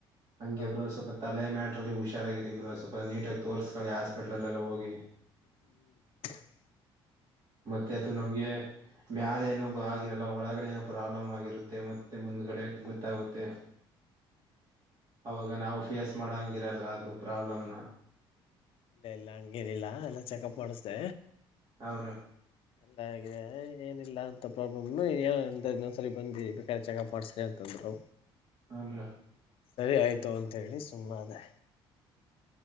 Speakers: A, on the right; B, on the left.
A: ಹಂಗಿಬ್ರು
B: ಹಾ
A: ಸ್ವಲ್ಪ ತಲೆ ಮ ಲ್ಲಿ ಹುಾರಾಗಿರಿ ಇಬ್ರು ಸ್ವಲ್ಪ ನೀಟ್ ಆಗ ತೋರ್ಸ್ಕೊಳ್ಳಿ ಹಾಸ್ಪಿಟ್ಲ್ ಎಲ್ಲ ಹೋಗಿ
B: ಹ್ಮ್
A: ಮತ್ತೆ ಅದು ನಮ್ಗೆ ಮ್ಯಾದನು ಆಗಿರಲ್ಲ ಒಳಗಡೆನ ಪ್ರಾಬ್ಲಮ್ ಆಗಿರುತ್ತೆ ಮತ್ತೆ ಮುಂದ್ಗಡೆ ಗೊತ್ತಾಗುತ್ತೆ ಅವಾಗ ನಾವು ಫೇಸ್ ಮಾಡಂಗಿರಲ್ಲ ಅದು ಪ್ರಾಬ್ಲಮ್ನ
B: ಇಲ್ಲ ಎಲ್ಲ ಹಂಗೇನಿಲ್ಲ ಎಲ್ಲ ಚೆಕಪ್ ಮಾಡಿಸ್ದ
A: ಹಾ ಬ್ರೋ
B: ಎಲ್ಲ ಆಗಿದೆ ಏನಿಲ್ಲ ಅಂತ ಪ್ರಾಬ್ಲಮ್ನುಂದ್ಸರಿ ಬಂದಿ ಬೇಕಾದ್ರ ಚೆನ್ನಾಗಿ ಮಾಡಸ್ರಿ ಅಂತಂದ್ರು
A: ಹಮ್ರಾ
B: ಸರಿ ಆಯ್ತು ಅಂತೇಳಿ ಸುಮ್ಮ ಅದೇ